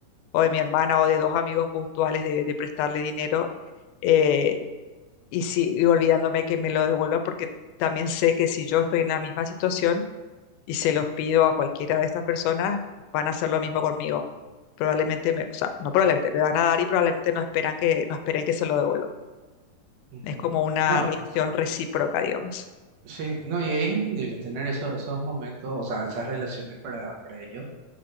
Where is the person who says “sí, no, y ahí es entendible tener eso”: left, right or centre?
Right